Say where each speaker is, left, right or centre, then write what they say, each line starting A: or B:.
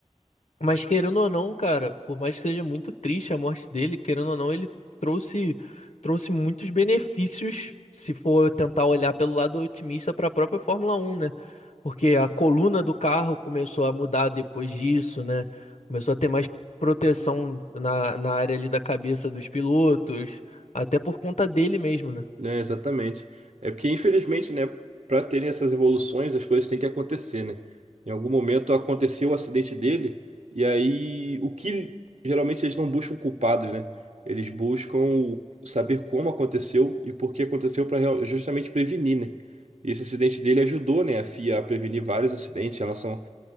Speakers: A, on the left (about 75°); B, on the right (about 70°).
A: Mas querendo ou não, cara, por mais que seja muito triste a morte dele, querendo ou não, ele trouxe trouxe muitos benefícios, se for tentar olhar pelo lado otimista para a própria Fórmula Um, né? Porque a coluna do carro começou a mudar depois disso, né? Começou a ter mais proteção na, na área ali da cabeça dos pilotos, até por conta dele mesmo, né?
B: né? Exatamente. É porque, infelizmente, né, para terem essas evoluções, as coisas têm que acontecer, né? Em algum momento aconteceu o acidente dele, e aí o que geralmente eles não buscam culpados, né? Eles buscam o- saber como aconteceu e por que aconteceu para justamente prevenir, né? E esse acidente dele ajudou, né, a FIA a prevenir vários acidentes em relação